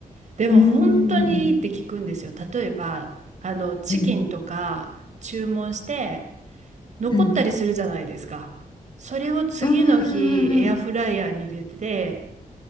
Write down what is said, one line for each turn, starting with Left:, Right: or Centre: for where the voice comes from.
Right: でも本当にいいって聞くんですよ。
Left: うんうんうん
Right: 例えばあのチキンとか注文して
Left: うんうん。
Right: 残ったりするじゃないですか。
Left: うん
Right: それを次の日、
Left: うんうんうんうん。
Right: エアフライヤーに入れて、